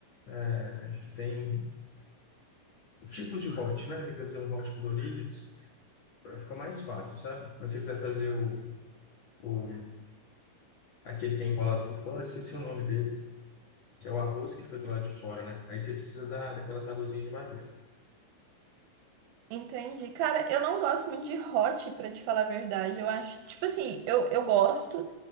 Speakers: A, on the left (about 90°); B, on the right (about 85°).
A: é, que tem tipos de hot, né? Se você quiser fazer um hot coloridos, vai ficar mais fácil, sabe? Mas se você quiser fazer o, o aquele que é enrolado por fora, eu esqueci o nome dele, que é o arroz que fica do lado de fora, né? Aí você precisa da, daquela tabuzinha de madeira.
B: Entendi. Cara, eu não gosto muito de hot, pra te falar a verdade. Eu acho, tipo assim, eu, eu gosto,